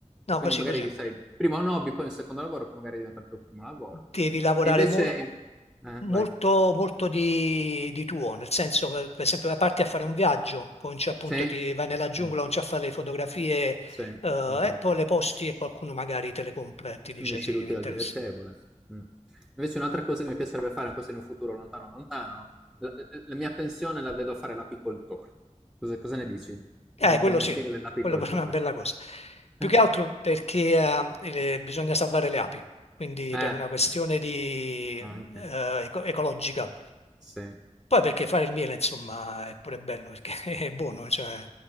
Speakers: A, on the left; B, in the centre.
A: no,
B: E quindi
A: così,
B: magari
A: così,
B: che sai, prima un hobby, poi un secondo lavoro, poi magari diventa il tuo primo lavoro.
A: devi lavorare
B: E invece
A: mol-
B: eh,
A: molto,
B: vai.
A: molto di, di tuo, nel senso, per per esempio, parti a fare un viaggio, cominci appunto,
B: Sì,
A: ti vai nella giungla,
B: sì,
A: cominci a fare le fotografie
B: sì,
A: eh,
B: esatto.
A: e poi le posti e qualcuno magari te le compra e ti dice
B: Unisci
A: sì,
B: l'utile
A: mi interessa.
B: al dilettevole. Mh. Invece un'altra cosa che mi piacerebbe fare, ma questo in un futuro lontano, lontano, la l la mia pensione la vedo a fare l'apicoltore. Cosa cosa ne dici
A: Eh,
B: del
A: quello
B: del mestiere
A: sì,
B: dell'apicoltore?
A: quello pure è una bella cosa. Più
B: <laughs>
A: che altro perché eh, eh, bisogna salvare le api, quindi
B: Eh,
A: per una questione di, eh,
B: anche.
A: eco- ecologica.
B: Sì.
A: Poi perché fare il miele, insomma, è pure bello perché <laughs> è buono, cioè,